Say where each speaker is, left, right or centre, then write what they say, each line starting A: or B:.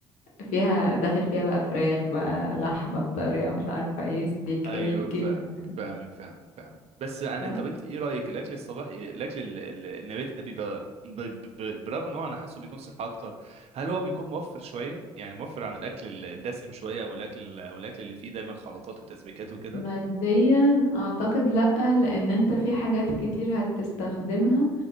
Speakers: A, on the left (about 70°); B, on the right (about 55°).
A: فيها داخل فيها بقى فراخ بقى لحمة بطريقة مش عارفة ايه ستيك
B: ايوه
A: ايه كده
B: فاهمك
A: يعني.
B: فاهمك فاهمك فاهمك بس انا
A: صح؟
B: طب انت ايه رايك الاكل الصباحي الاكل ال- ال- النباتي ده بيبقى ب- ب- برغم ان هو انا حاسه بيكون صحه اكتر هل هو بيكون موفر شويه يعني موفر عن الاكل ال- الدسم شويه او الاكل او الاكل اللي فيه دايما خلطات وتسبيكات وكده
A: ماديا اعتقد لأ لان انت في حاجات كتير هتستخدمها